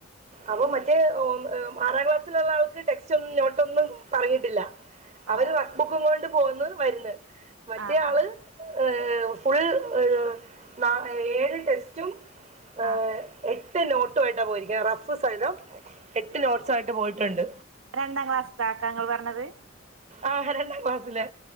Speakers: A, on the right (about 35°); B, on the right (about 85°).
A: അപ്പൊ മറ്റേ ഉം ആറാം ക്ലാസ്സിലുള്ള ആൾക്ക് ടെക്സ്റ്റ് ഒന്നും നോട്ടൊന്നും പറഞ്ഞിട്ടില്ല അവര്
B: ഓ
A: റഫ്ബുക്കും കൊണ്ട് പോന്ന് വരുന്ന് മറ്റേ
B: ആഹ്
A: ആള്
B: ആഹ്
A: ഏഹ് ഫുൾ ഏഹ് ന ഏഴ് ടെസ്റ്റും ഏഹ്
B: ആഹ്
A: എ എട്ട് നോട്ടുമായിട്ടാ പോയിരിക്കുന്നത് റഫ് സഹിതം എട്ട് നോട്ട്സു ആയിട്ട് പോയിട്ടുണ്ട്
B: രണ്ടാം ക്ലാസ്താക്കാ നിങ്ങൾ പറഞ്ഞത്
A: ആഹ് രണ്ടാം ക്ലാസ്സിലെ